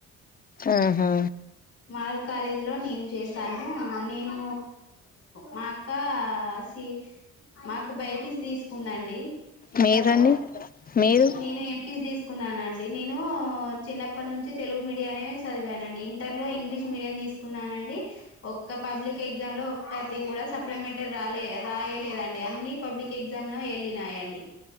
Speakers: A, on the left; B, on the left.
A: ఆహా
B: మాడల్ కాలేజ్ ఇందులో నేను చేశాను నేను మా అక్క సి మా అక్క బై పీ సీ తీసుకుందండి ఇంటర్
A: మీరండి
B: లో
A: మీరు
B: నేను ఎం పీ సి తీసుకున్నానండి. నేను చిన్నప్పటి నుంచి తెలుగు మీడియా నే చదివానండి. ఇంటర్ లో ఇంగ్లీష్ మీడియం తీసుకున్నానండి. ఒక్క పబ్లిక్ ఎగ్జామ్ లో ఒక్కటి కూడా సప్లిమెంటరీ రాలే రాయలేదండి. అన్ని పబ్లిక్ ఎగ్జామ్ లో వెళ్ళినాయండి.